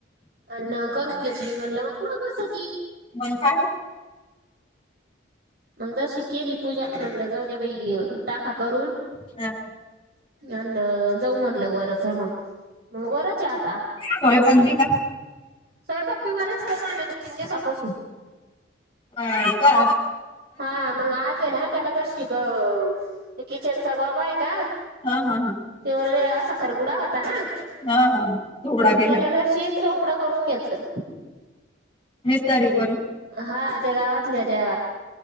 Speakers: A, on the right (about 50°); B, on the left (about 25°).
A: अन करून घेतली म्हणलं मग पुढं कसं
B: मणखा
A: मग जशी केली पूजा म्हटलं जाऊ दे बाई टाका करून..
B: करायचं?
A: अन जाऊ म्हणलं वरच मग मग वरच.. आता
B: स्वयपाक बी का?
A: स्वयंपाक बि वरचं करून रायले का तीन दिवसांपासून?
B: हां का?
A: हा मगं आज य ना त्याला जर शिकव अ किचनचा बाबा हय का?
B: हां ह हां.
A: तो असा खरबूडा होता नां,
B: हा हा चोपडा
A: मंग
B: केला
A: त्याला जरशी एक कप पुढ करून घेतलं.
B: मिस्तारी करू
A: हां त्या गावातल्या त्या